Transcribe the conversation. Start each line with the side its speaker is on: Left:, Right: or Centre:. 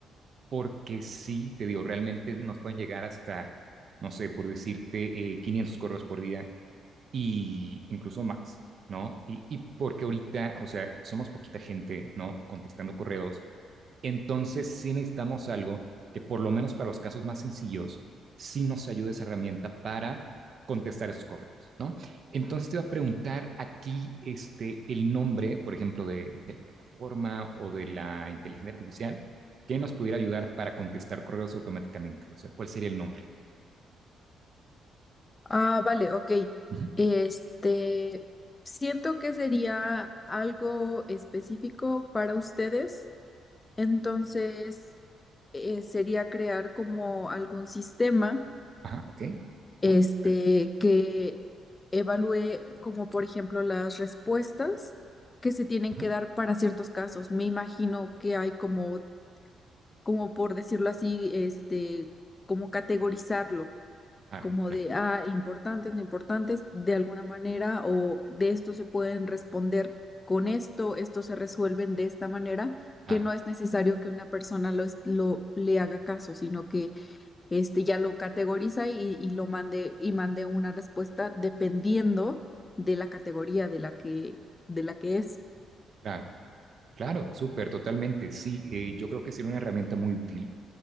Right: porque sí, te digo, realmente nos pueden llegar hasta, no sé, por decirte, eh, 500 correos por día y incluso más, ¿no? Y, y porque ahorita, o sea, somos poquita gente, ¿no? Contestando correos entonces, sí necesitamos algo que por lo menos para los casos más sencillos, sí nos ayude esa herramienta para contestar esos correos, ¿no? Entonces te iba a preguntar aquí este, el nombre, por ejemplo, de, de la plataforma o de la inteligencia artificial que nos pudiera ayudar para contestar correos automáticamente. O sea, ¿cuál sería el nombre?
Left: Ah, vale, ok.
Right: Uh -huh.
Left: Este, siento que sería algo específico para ustedes, entonces eh, sería crear como algún sistema,
Right: Ajá, ok.
Left: este,
Right: Va, super.
Left: que evalúe como por ejemplo las respuestas que se tienen
Right: Ajá,
Left: que dar para ciertos casos. Me imagino que hay como, como por decirlo así, este, como categorizarlo.
Right: claro,
Left: como
Right: claro,
Left: de, ah, importantes, no importantes, de alguna manera, o de esto se pueden responder con esto, esto se resuelven de esta manera,
Right: claro,
Left: que no es necesario que una persona lo, es- lo le haga caso, sino que este ya lo categoriza y, y lo mande y mande una respuesta dependiendo de la categoría de la que de la que es.
Right: claro, claro, súper, totalmente. Sí, eh, yo creo que sería una herramienta muy útil